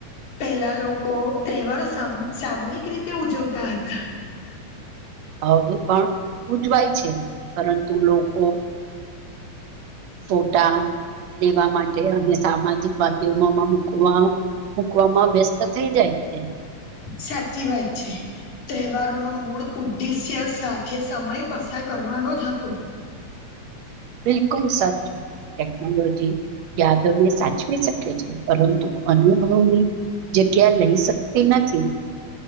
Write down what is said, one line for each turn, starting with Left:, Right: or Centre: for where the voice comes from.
Left: પહેલા લોકો તહેવારો સામ-સામૂહિક રીતે ઉજવતા હતા
Right: હવે પણ ઉજવાય છે પરંતુ લોકો ફોટા લેવા માટે અને સામાજિક માધ્યમોમાં મુકવા મૂકવામાં વ્યસ્ત થઇ જાય છે
Left: સાચી વાત છે. તહેવારોનો મૂળ ઉદ્દેશ્ય સાથે સમય પસાર કરવાનો જ હતો.
Right: બિલકુલ સાચું. ટેકનોલોજી યાદોને સાચવી શકે છે પરંતુ અનુભવોની, જગ્યા લઈ શકતી નથી.